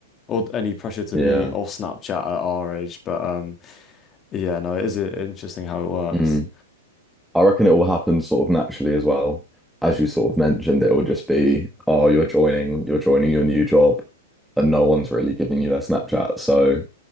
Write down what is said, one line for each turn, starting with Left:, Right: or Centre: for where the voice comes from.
Left: or any pressure to
Centre: Yeah.
Left: be off Snapchat at our age. But um, yeah, no, it is i- interesting how it works.
Centre: Mm. I reckon it will happen sort of naturally as well. As you sort of mentioned, it will just be, oh, you're joining, you're joining your new job, and no one's really giving you their Snapchat. So